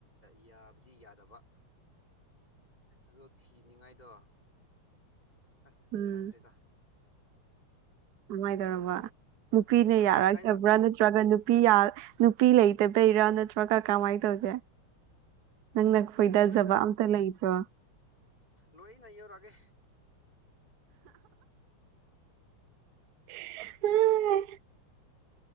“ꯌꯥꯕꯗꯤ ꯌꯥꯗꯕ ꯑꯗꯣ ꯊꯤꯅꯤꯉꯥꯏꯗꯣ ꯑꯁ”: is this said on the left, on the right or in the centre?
Left